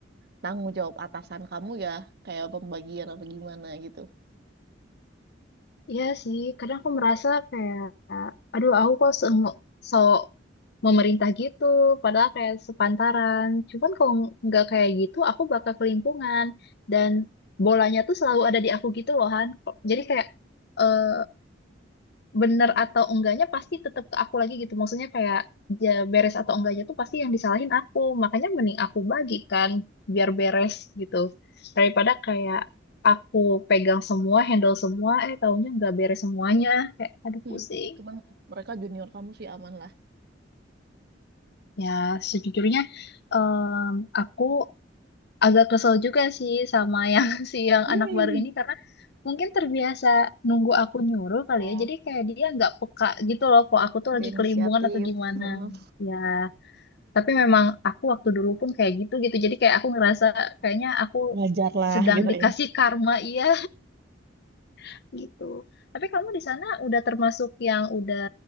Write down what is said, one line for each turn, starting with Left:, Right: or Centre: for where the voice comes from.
Right: tanggung jawab atasan kamu ya, kayak pembagian apa gimana gitu.
Left: Iya sih, kadang aku merasa kayak, aduh aku kok se sok memerintah gitu, padahal kayak sepantaran. Cuman kalau nggak kayak gitu, aku bakal kelimpungan. Dan bolanya tuh selalu ada di aku gitu loh, Han. Jadi kayak, eh, bener atau enggaknya pasti tetap ke aku lagi gitu. Maksudnya kayak ya, beres atau enggaknya tuh pasti yang disalahin aku. Makanya mending aku bagikan biar beres gitu. Daripada kayak aku pegang semua, handle semua, eh taunya enggak beres semuanya. Kayak aduh
Right: Hmm.
Left: pusing.
Right: Cuman mereka junior kamu sih aman lah.
Left: Ya sejujurnya em, aku agak kesel juga sih sama yang <laughs> si yang
Right: Hmm.
Left: anak baru ini karena mungkin terbiasa nunggu aku nyuruh kali
Right: Oh,
Left: ya. Jadi kayak dia nggak peka gitu loh kok aku tuh
Right: dia
Left: lagi
Right: inisiatif.
Left: kelimbungan atau gimana.
Right: Hmm.
Left: Ya, tapi memang aku waktu dulu pun kayak gitu gitu. Jadi kayak aku ngerasa kayaknya aku
Right: wajar lah
Left: sedang
Right: gitu
Left: dikasih
Right: ya.
Left: karma iya <laughs> gitu. Tapi kamu di sana udah termasuk yang udah